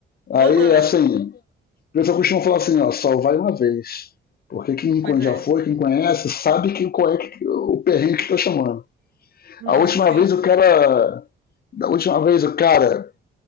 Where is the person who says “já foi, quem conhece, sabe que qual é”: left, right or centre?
Left